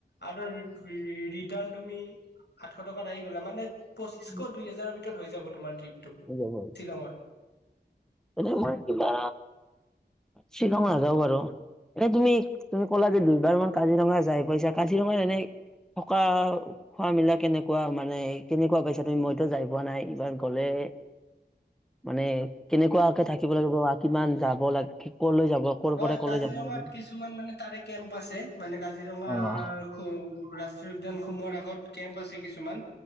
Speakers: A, on the left; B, in the centre.
A: আৰু ৰি ৰিটাৰ্ণ তুমি আঠশ টকাত আহি গ'লা মানে পঁচিছশ
B: উম,
A: দুই হাজাৰৰ ভিতৰত হৈ যাব তোমাৰ ট্ৰপটো
B: হৈ যাব আৰু
A: শ্বিলংৰ
B: মানে মই কিবা শ্বিলং নাযাও বাৰু এনে তুমি তুমি ক'লা যে দুইবাৰ মান কাজিৰঙা যাই পইছা কাজিৰঙা এনেই থকা খোৱা মেলা কেনেকুৱা মানে কেনেকুৱা পাইছা তুমি মইতো যাই পোৱা নাই এইবাৰ গ'লে মানে কেনেকুৱাকে থাকিব লাগিব বা কিমান যাব লাগে কলৈ যাব ক'ৰ
A: হয়
B: পৰা কলৈ
A: কাজিৰঙাত
B: যাব লাগে
A: কিছুমান মানে তাৰে কেম্প আছে মানে কাজিৰঙাৰ
B: অ',
A: খু ৰা ষ্ট্ৰীয় উদ্যান সমূহৰ আগত কেম্প আছে কিছুমান